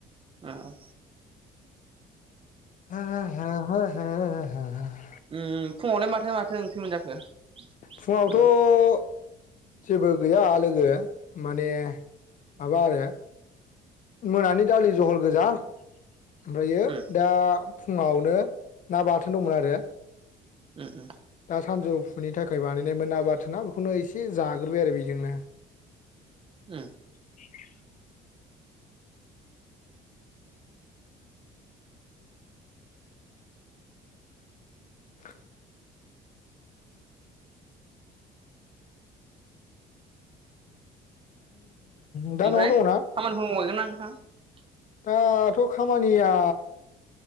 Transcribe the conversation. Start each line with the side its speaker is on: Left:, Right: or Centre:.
Right: औ।
Left: <unintelligible> <unintelligible>
Right: उम फुङावलाय माथो माथो ओंख्रि मोनजाखो?
Left: फुंङावथ'
Right: लोगो
Left: जेबो गैया लोगो माने माबा आरो मोनानि दालि जहल गोजां। ओमफायो
Right: उम
Left: दा फुङावनो ना बाथोन दंमोन आरो।
Right: उम
Left: दा सानजौफुनि थाखाय बानायनायमोन ना बाथोना बेखौनो एसे जाग्रोबाय आरो बेजोंनो।
Right: उम।
Left: <inaudible> <inaudible> <unintelligible> दा
Right: ओमफ्राय
Left: न'आव दङ'ना?
Right: खामानिफोर <unintelligible>
Left: दाथ' खामानिया